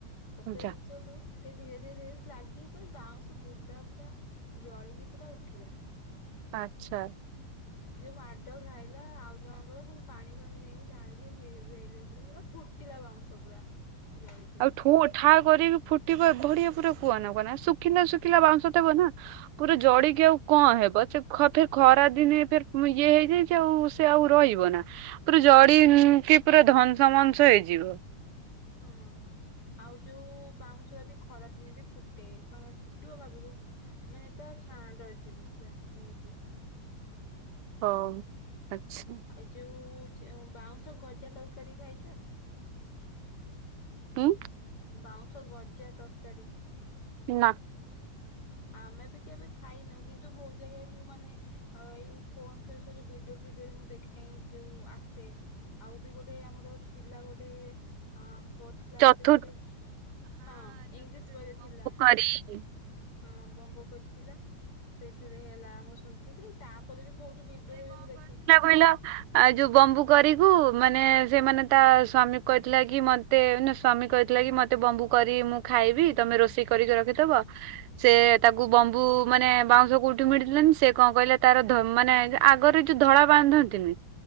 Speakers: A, on the left; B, on the right.
A: ପକେଇଦେଇଛି
B: ଯା।
A: ଯୋଉଠୁ ସେ ଧୀରେ ଧୀରେ ଧୀରେ ଲାଗିକି ବାଉଁଶ ବୁଦା ପୁରା ଜଳିକି ପୁରା ଉଠିଲା।
B: ଆଚ୍ଛା
A: ଯୋଉ ମାଡ଼ ଖାଇଲା ଆଉଜଣଙ୍କର ଫୁଣି ପାଣି ଫାଣି ନେଇକି ଢାଳିକି ନିଭେଇଲେ ପୁରା ଏରା ଫୁଟ୍ ଟିଲା ବାଉଁଶ ପୁଳା ଜଳିକି।
B: ଠୋ ଠା କରିକି ଫୁଟିବ ଏଭଳିଆ ପୁରା କୁହନା କୁହନା ଶୁଖିଲା ଶୁଖିଲା ବାଉଁଶ ତେବନା ପୁରା ଜଡିକି ଆଉ କଣ ହେବ ସେ ଖ ଫେର୍ ଖରାଦିନେ ଫେର୍ ଇଏ ହେଇଯାଇଛି ସେ ଆଉ ସେ ଆଉ ରହିବା ନା ପୁରା ଜଡ଼ି କିଂ ପୁରା ଧନସ ମନସ ହେଇଯିବ।
A: ହଁ। ଆଉ ଯୋଉ ବାଉଁଶ ବି ଖରା ଦିନେ ବି ଫୁଟେ ମାନେ ଫୁଟିବ ଭାବିବୁ ମାନେ ପୁଆ ଛାଆଁ ଡରିଯିବୁ ପୁରା ଏମିତି।
B: ହଁ ଆଚ୍ଛା।
A: ଏ ଯୋଉ ଚେ ବାଉଁଶ ଗଜା ତରକାରୀ ଖାଇଚ।
B: ହୁଁ।
A: ବାଉଁଶ ଗଜା ତରକାରୀ।
B: ନା।
A: ଆମେ ବି କେବେ ଖାଇନୁ କିନ୍ତୁ ବହୁତ ଜାଗାକୁ ମୁ ମାନେ ଆ ଏଇ ଫୋନ୍ ତ ସବୁ ଭିଡ଼ିଓ ଫିଡ଼ିଓ ବି ମୁଁ ଦେଖେଁ ଏଇ ଯୋଉ ଆସେ। ଆଉ ବି ଗୋଟେ ଆମର ଥିଲା ଗୋଟେ ହଁ ଫୋଥ୍ କ୍ଲାସ୍
B: ଚତୁର୍
A: ରେ ଗୋଟେ ହଁ ଇଂଲିଶ ବହିରେ ଥିଲା।
B: <unintelligible>
A: ହଁ ବମ୍ବ କରିଥିଲା ସେଇଥିରେ ହେଲା ମୁଁ ଶୁ ଥିଲି ତାପରେ ବି ବହୁତ୍ ଭିଡ଼ ହୁଏ ମୁଁ ଦେଖିଚି।
B: ପିଲ ଆଉ ଯୋଉ ବମ୍ବୁ କରିକୁ ମାନେ ସେମାନେ ତା ସ୍ଵାମୀକୁ କହିଥିଲା କି ମତେ ସ୍ଵାମୀ କହିଥିଲା କି ମ ତେ ବମ୍ବୁ କରି ମୁଁ ଖାଇବି ତମେ ରୋଷେଇ କରି ଯ ରଖିଦବ। ସେ ତାକୁ ବମ୍ବୁ ମାନେ ବାଉଁଶ କୋଉଠି ମିଡ଼ିଲାନ ସେ କଣ କହିଲେ ତାର ଧ ମାନେ ଆଗରେ ଯୋଉ ଧଳା ବାନ୍ଧନ୍ତିନି